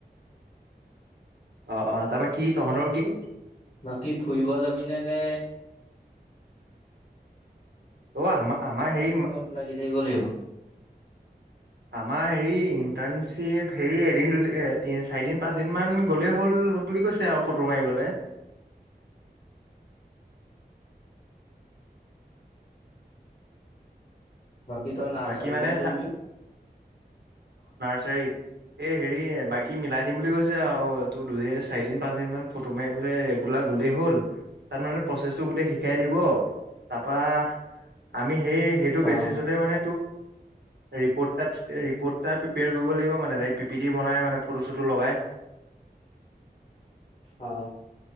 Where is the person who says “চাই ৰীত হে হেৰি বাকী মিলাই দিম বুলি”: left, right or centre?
Right